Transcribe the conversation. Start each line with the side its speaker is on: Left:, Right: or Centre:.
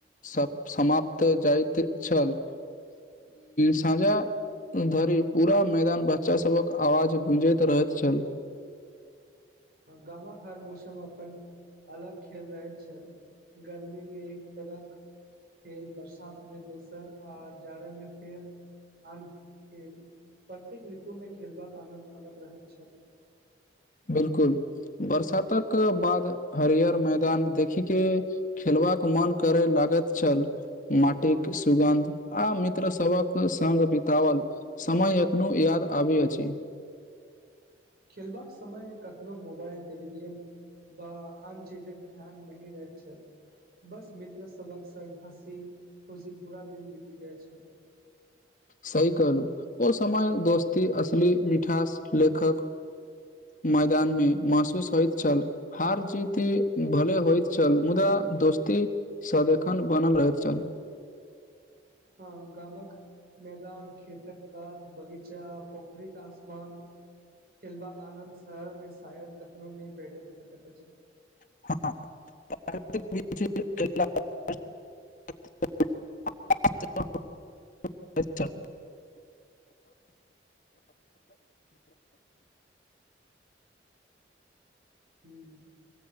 Left: सब समाप्त जाइत छल साँझधरि पूरा मैदान बच्चा सभहक आवाज गूँजैत त रहइत छल
Right: गामक हर मौसम अपन अलग खेल रहैत छेल गर्मी में एक तरहक़ खेल बरसात में दोसर आ जाड़े मे फेर आन खेल- प्रत्येक ऋतु मे खेलबाक आनन्द अलग रहैत छल
Left: बिलकुल बरसातक बाद हरियर मैदान देखी के खेलबाक मोन करा लागैत छल माटिक सुगन्ध आ मित्र सभहक संग बितावल समय एखनो याद आबत अछि
Right: खेलबाक समय कखनो मोबाइल टेलीविजन ब आन चीजक ध्यान नाहि रहैत छैल बस मित्र सभक सङ्ग हँसी खुशी पूरा दिन बीति जाइत छल
Left: सही कहलहुं ओ समय दोस्ती असली मिठास लेखक मैदान मे महसूस होइत छल हार जीति भले होइत छल मुदा दोस्ती सदिखन बनल रहैत छल
Right: हँ गामक मैदान खेतक कात बगीचा पोखरिक आसमान खेलबाक आनन्द शहरमे शायद कखनो नहि भेट सकैत अछि
Left: <inaudible> <inaudible>
Right: हूं